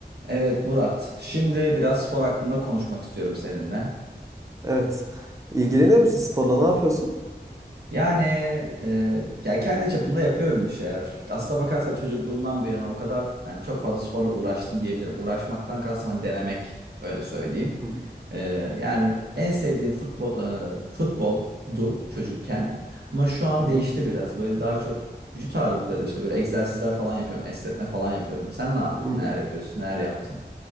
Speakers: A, on the right (about 65°); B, on the right (about 15°).
A: Evet Murat, şimdi biraz spor hakkında konuşmak istiyorum seninle.
B: Evet. İlgileniyor musun sporla? Ne yapıyorsun?
A: Yani e, ya kendi çapımda yapıyorum bir şeyler. Aslına bakarsan çocukluğumdan bu yana o kadar yani çok fazla sporla uğraştım diyebilirim. Uğraşmaktan kastım hani denemek öyle söyleyeyim.
B: Hı hı.
A: E, yani en sevdiğim futbol e, futboldu çocukken. Ama şu an
B: Hı
A: değişti
B: hı.
A: biraz. Böyle daha çok vücut ağırlıkları işte böyle egzersizler falan yapıyorum, esnetme falan yapıyorum. Sen ne yapıyorsun?
B: Hı
A: Neler yapıyorsun? Neler yaptın?